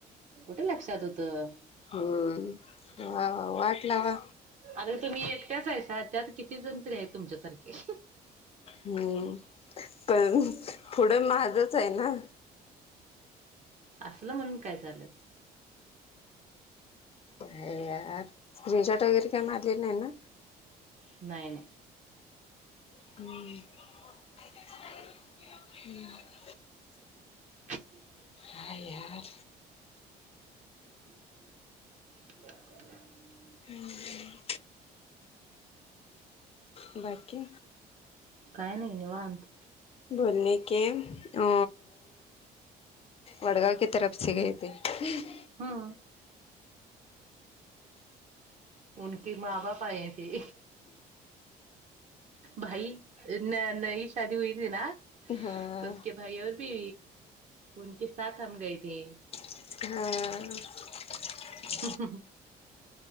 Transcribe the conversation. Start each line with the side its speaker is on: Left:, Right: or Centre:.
Right: कुठं लक्षात होतं.
Left: हम्म वा वा वाट लावा.
Right: अर तुम्ही एकट्याच आहेसा त्यात किती जण तर आहेत तुमच्यासारखे.
Left: हम्म पण पुढं माझच आहे ना.
Right: असलं म्हणून मी काय झाल.
Left: अरे यार स्क्रीनशॉट वगैरे काय मारले नाही ना?
Right: नाही नाही
Left: हम् हम्
Right: ह <inaudible>
Left: काय यार.
Right: <inaudible>
Left: हम्म हम्म बाकी
Right: काय नाही निवांत.
Left: बोलणे के अ वडगाव के तरफसे गये. ते <inaudible>
Right: हा उनके मां बाप आये थे. भाई न नई शादी होई थी ना
Left: हाँ
Right: तरसक भाई और भी उनके साथ हम गये थे
Left: हम्म
Right: <inaudible>